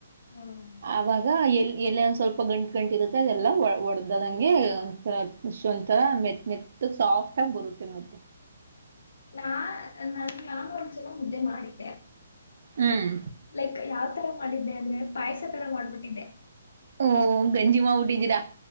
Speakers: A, on the left; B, on the right.
A: ಹ್ಮ್
B: ಅವಾಗ ಎಲ್ ಎಲ್ಲಿ ಒಂದ ಸ್ವಲ್ಪ ಗಂಟು ಗಂಟಿ ಇರುತ್ತೆ ಅದೆಲ್ಲ ಒಡೆದದಂಗೆ ಒಥರ ಒಂಥರ ಮೆತ್ ಮೆತ್ತ ಸಾಫ್ಟ್ ಆಗಿ ಬರುತ್ತೆ ಮತ್ತೆ
A: ನಾ ನ ನಾ ಒಂದ್ಸಲ ಮುುದ್ದೆ ಮಾಡಿದ್ದೆ
B: ಹ್ಮ್
A: ಲೈಕ್ ಯಾವತರ ಮಾಡಿದ್ದೆ ಅಂದ್ರೆ ಪಾಯಸ ತರ ಮಾಡ್ಬಿಟ್ಟಿದ್ದೆ
B: ಓ ಗಂಜಿ ಮಾಡ್ಬಿಟಿದಿರ